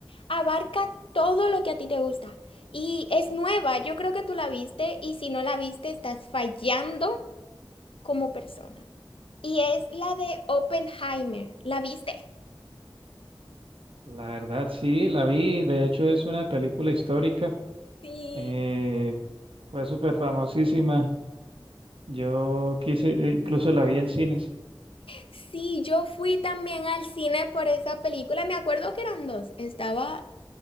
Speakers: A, on the left; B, on the right.
A: abarca todo lo que a ti te gusta y es nueva, yo creo que tú la viste y si no la viste estás fallando como persona. Y es la de Oppenheimer, ¿la viste?
B: La verdad, sí, la vi. De hecho, es una película histórica.
A: Sí.
B: eh, fue súper famosísima. Yo quise, eh, incluso la vi en cines.
A: Sí, yo fui también al cine por esa película, me acuerdo que eran dos, estaba